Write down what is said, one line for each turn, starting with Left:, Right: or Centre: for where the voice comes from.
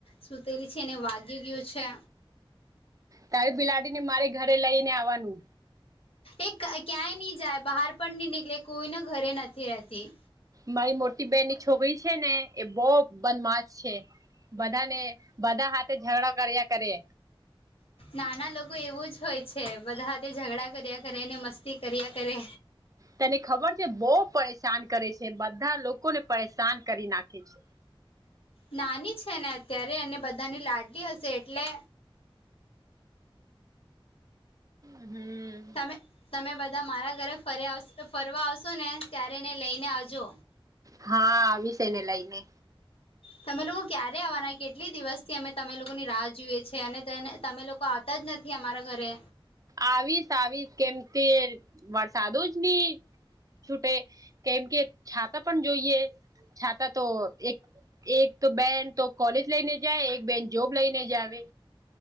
Left: સૂતેલી છે એને વાગી ગયું છે.
Right: તારી બિલાડી ને મારે ઘરે લઈ ને આવવાનું
Left: એ ક્યાંય નહી જાય બહાર પણ નહી નીકળે કોઈને ઘરે નથી રહેતી.
Right: મારી મોટી બેહેન ની છોકરી છે ને એ બહ બદમાશ છે. બધા ને બધા હાથે ઝઘડા કર્યા કરે
Left: નાના લોકો એવું જ હોય છે, બધા તે ઝઘડા કર્યા કરે ને મસ્તી કર્યા કરે
Right: તેને ખબર છે બહુ પરેશાન કરે છે, બધા લોકોને પરેશાન કરી નાખે છે.
Left: નાની છે ને, અત્યારે અને બધાની લાડલી હશે એટલે
Right: હમ
Left: તમે તમે બધા મારા ઘરે ફરે ફરવા આવશો ને ત્યારે એને લઈને આવજો
Right: હા આવી છે એને લઈને.
Left: તમે લોકો ક્યારે આવવાના કેટલી દિવસ થી અમે તમે લોકોની રાહ જોઈએ છે અનેને તમે લોકો જ નથી અમારા ઘરે
Right: આવીશ આવીશ કેમ તે વરસાદોજ નહી. છૂટે કેમ કે છાતાં પણ જોઈએ છાતાં તો એક એક તો બેન તો કોલેજ લઈને જાય એક બેન જોબ લઈને જ આવે.